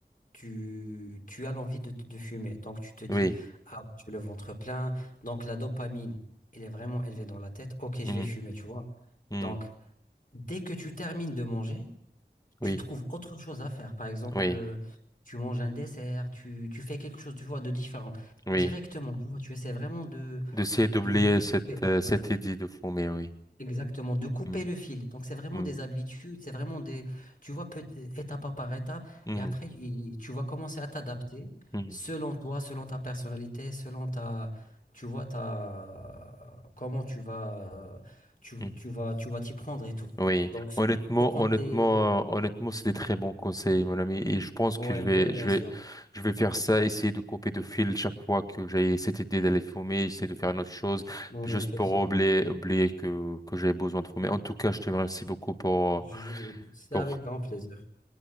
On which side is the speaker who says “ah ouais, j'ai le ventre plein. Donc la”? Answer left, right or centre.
Left